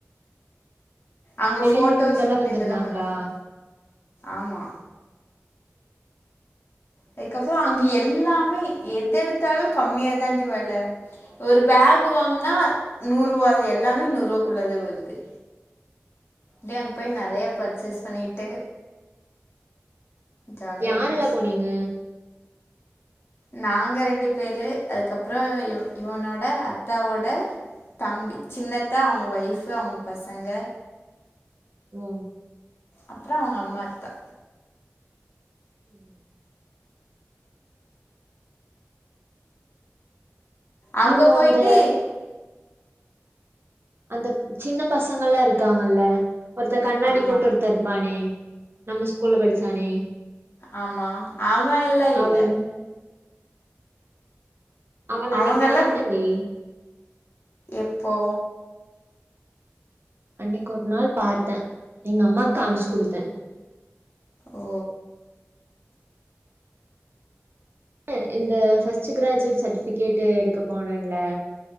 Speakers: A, on the left; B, on the right.
A: அங்க
B: வெளியூர்ல
A: போட்டோஷூட்டு
B: இருந்தெல்லா வந்திருந்தாங்களா
A: இதெல்லா பண்ணுவாங்க ஆமா அதுக்கப்ற அங்க எல்லாமே எதெடுத்தாலு கம்மியா தான்டி வெல ஒரு பேகு வாங்னா நூறுவாதே எல்லாமே நூறுவாக்குள்ளதே வருது தே அங்க போய் நெறையா பர்ச்சேஸ் பண்ணிட்டு ஜாலியா
B: யாரெல்லா
A: இருந்துச்சு
B: போனீங்க
A: நாங்க ரெண்டு பேரு அதுக்கப்றோ இவ் இவனோட அத்தாவோட தம்பி சின்னத்தா அவ்ங்க ஒய்ஃபு அவுங்க பசங்க
B: ஓ
A: அப்ற அவுங்க அம்மா அத்தா
B: ம்
A: அங்க
B: அப்போ
A: போயிட்டு
B: அந்த அந்த சின்ன பசங்கள்லா இருக்காங்கள்ல ஒருத்த கண்ணாடி
A: ஆமா
B: போட்டு ஒருத்த இருப்பானே நம்ம ஸ்கூல்ல படிச்சானே
A: ஆமா அவ எல்லா இல்ல
B: அவன் அவன
A: அவங்கல்லா
B: அன்னைக்கு பாத்தன்டி
A: எப்போ
B: அன்னைக்கு ஒரு நாள் பாத்தே எங்க அம்மாக்கு காமிச்சு
A: ம்
B: குடுத்தே
A: ஓ
B: கு இந்த ஃபஸ்ட்டு கிராஜுவேட் சர்ட்டிஃபிகேட்டு எடுக்க போனன்ல